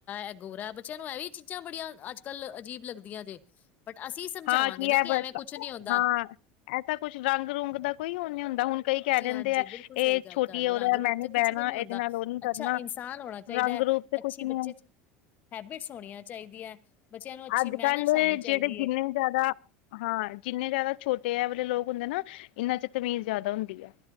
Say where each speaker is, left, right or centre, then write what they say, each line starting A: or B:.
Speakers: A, on the left (about 30°); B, on the left (about 80°).
A: ਇਹ ਗੋਰਾ ਹੈ ਬੱਚਿਆਂ ਨੂੰ ਇਹ ਵੀ ਚੀਜ਼ਾਂ ਬੜੀਆਂ ਅੱਜ ਕੱਲ੍ਹ ਅਜੀਬ ਲੱਗਦੀਆਂ ਜੇ ਬਟ ਅਸੀਂ ਸਮਝਾਵਾਂਗੇ
B: ਹਾਂ ਕੀ
A: ਨਾ
B: ਹੈ
A: ਕਿ
B: ਬਸ
A: ਐਵੇਂ ਕੁਛ ਨੀ ਆਉਂਦਾ
B: ਹਾਂ ਐਸਾ ਕੁਛ ਰੰਗ ਰੂੰਗ ਦਾ ਕੋਈ ਉਹ ਨੀ ਹੁੰਦਾ ਹੁਣ ਕਈ ਕਹਿ
A: ਜੀ
B: ਦਿੰਦੇ
A: ਹਾਂਜੀ
B: ਆ
A: ਬਿਲਕੁਲ
B: ਇਹ
A: ਸਹੀ ਗੱਲ
B: ਛੋਟੀ
A: ਕਰ ਰਹੇ
B: ਉਹਦਾ
A: ਹੋ ਰੰਗ ਰੂਪ
B: ਮੈਂ ਨੀ
A: ਤੇ ਕੁਛ
B: ਬਹਿਣਾ
A: ਵੀ ਨਹੀਂ
B: ਇਹਦੇ
A: ਹੁੰਦਾ
B: ਨਾਲ ਉਹ ਨੀ
A: ਅੱਛਾ
B: ਕਰਨਾ
A: ਇਨਸਾਨ ਹੋਣਾ ਚਾਹੀਦਾ
B: ਰੰਗ
A: ਹੈ
B: ਰੂਪ
A: ਅੱਛੀ
B: ਕੁਛ ਨੀ
A: ਬੱਚੇ
B: ਹੋ
A: ਚ ਹੈਬਿਟਸ ਹੋਣੀਆਂ ਚਾਹੀਦੀਆਂ ਬੱਚਿਆਂ ਨੂੰ ਅੱਛੀ
B: ਅੱਜ
A: ਮੈਨਰਸ
B: ਕੱਲ
A: ਆਉਣੀ
B: ਜਿਹੜੇ
A: ਚਾਹੀਦੀ
B: ਜਿੰਨੇ
A: ਹੈ
B: ਜ਼ਿਆਦਾ ਹਾਂ ਜਿੰਨੇ ਜ਼ਿਆਦਾ ਛੋਟੇ ਵਾਲੇ ਲੋਕ ਹੁੰਦੇ ਨਾ ਇਹਨਾਂ ਚ ਤਮੀਜ਼ ਜ਼ਿਆਦਾ ਹੁੰਦੀ ਆ